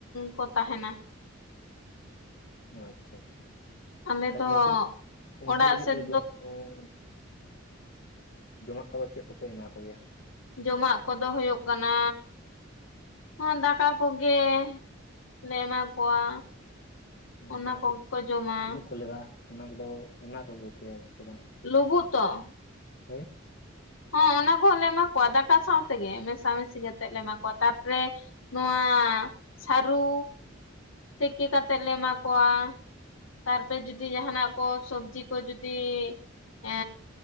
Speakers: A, on the left; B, on the left.
A: ᱠᱚ ᱛᱟᱦᱮᱱᱟ
B: ᱚ ᱟᱪᱪᱷᱟ ᱟᱪᱪᱷᱟ
A: ᱟᱞᱮ
B: ᱛᱟᱦᱞᱮ
A: ᱫᱚ
B: ᱩᱱᱠᱩ ᱩᱱᱠᱩ
A: ᱚᱲᱟᱜ
B: ᱞᱟᱹᱜᱤᱫ
A: ᱥᱮᱫ
B: ᱫᱚ ᱡᱚ ᱚ ᱡᱚᱢᱟᱜ ᱠᱚᱫᱚ ᱪᱮᱫ ᱠᱚᱯᱮ ᱮᱢᱟ ᱠᱚᱜᱮᱭᱟ
A: ᱡᱚᱢᱟᱜ ᱠᱚᱫᱚ ᱦᱩᱭᱩᱜ ᱠᱟᱱᱟ ᱦᱚᱸ ᱫᱟᱠᱟ ᱠᱚᱜᱮ ᱞᱮ ᱮᱢᱟ ᱠᱚᱣᱟ
B: ᱟᱨ
A: ᱚᱱᱟ
B: ᱡᱟᱦᱟᱸ
A: ᱠᱚᱜᱮ
B: ᱠᱚ
A: ᱡᱚᱢᱟ
B: ᱰᱩᱵᱩᱜ ᱠᱚ ᱞᱮᱫᱟ ᱚᱱᱟ ᱠᱚᱫᱚ ᱮᱢᱟ ᱠᱚᱜ ᱯᱮᱭᱟ ᱥᱮ ᱵᱟᱝ
A: ᱞᱩᱵᱩᱜ ᱛᱚ
B: ᱦᱳᱭ
A: ᱦᱮᱸ ᱚᱱᱟ ᱠᱚᱦᱚᱸ ᱞᱮ ᱮᱢᱟ ᱠᱚᱣᱟ ᱫᱟᱠᱟ ᱥᱟᱶᱛᱮᱜᱮ ᱢᱮᱥᱟᱢᱮᱥᱤ ᱠᱟᱛᱮᱜ ᱞᱮ ᱮᱢᱟ ᱠᱚᱣᱟ ᱛᱟᱨᱯᱚᱨᱮ ᱱᱚᱣᱟ ᱥᱟᱹᱨᱩ ᱛᱮᱠᱮ ᱠᱟᱛᱮᱜ ᱞᱮ ᱮᱢᱟ ᱠᱚᱣᱟ ᱛᱟᱨᱯᱚᱨᱮ ᱡᱩᱫᱤ ᱡᱟᱦᱟᱱᱟᱜ ᱠᱚ ᱥᱚᱵᱽᱡᱤ ᱠᱚ ᱡᱩᱫᱤ ᱮ